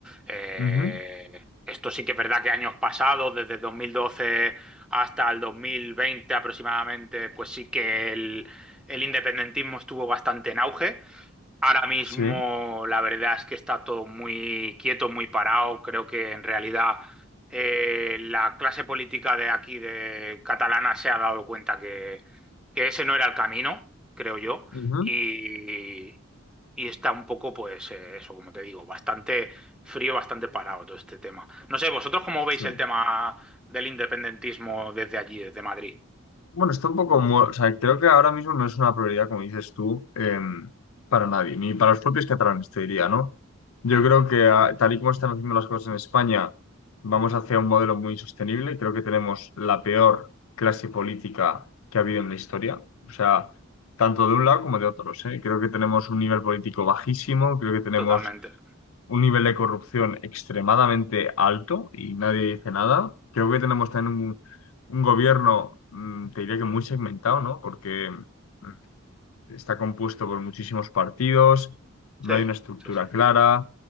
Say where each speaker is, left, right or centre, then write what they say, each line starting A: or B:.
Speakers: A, in the centre; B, on the left.
A: Eh,
B: Ujú,
A: esto sí que es verdad que años pasados, desde 2012 hasta el 2020 aproximadamente, pues sí que el el independentismo estuvo bastante en auge. Ahora mismo
B: Sí.
A: la verdad es que está todo muy quieto, muy parado. Creo que en realidad eh, la clase política de aquí, de catalana, se ha dado cuenta que, que ese no era el camino, creo yo.
B: ujú,
A: Y, y está un poco, pues eh, eso, como te digo, bastante frío, bastante parado todo este tema. No sé, vosotros cómo veis
B: sí.
A: el tema del independentismo desde allí, desde Madrid.
B: Bueno, está un poco, mu- o sea, creo que ahora mismo no es una prioridad, como dices tú, em, para nadie, ni para los propios catalanes, te diría, ¿no? Yo
A: Hmm,
B: creo que ah, tal y como están haciendo las cosas en España, vamos hacia un modelo muy insostenible. Creo que tenemos la peor clase política que ha habido en la historia, o sea, tanto de un lado como de otros, ¿eh? Creo que tenemos un nivel político bajísimo, creo que tenemos
A: totalmente.
B: un nivel de corrupción extremadamente alto y nadie dice nada. Creo que tenemos también un, un gobierno, mm, te diría que muy segmentado, ¿no? Porque mm, está compuesto por muchísimos partidos, no
A: Sí,
B: hay una estructura
A: sí, sí.
B: clara.